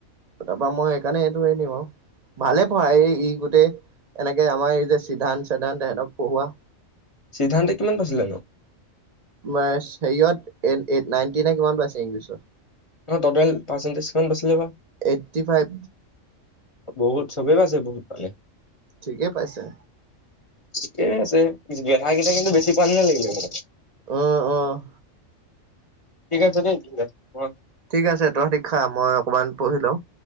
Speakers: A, on the right; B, on the left.
A: তাৰপা মই সেইকাৰণে এইটো এৰি দিম আৰু। ভালে পঢ়াই ই গোটেই, এনেকে আমাৰ এই যে সিদ্ধান চিদ্ধান সহেঁতক পঢ়োৱা।
B: সিদ্ধান্তে কিমান পাইছিলে নো?
A: মানে হেৰিয়ত, এইট-এইট নাইনটি নে কিমান পাইছে ইংলিছত।
B: টোটেল পাৰ্চেণ্টজকাউণ্ট কিমান পাছিলে বা।
A: এইটটি ফাইভ
B: বহুত চবে আছে বহুত মানে
A: ঠিকে পাইছে।
B: ঠিকেই আছে গেধাই কেইটা কিন্তু বেছি পোৱা নি লাগিলে মো
A: অহ, অহ।
B: ঠিক আছে, দে ঠিক আছে উম।
A: ঠিক আছে, তহঁতি খা মই অকমান পঢ়ি লওঁ।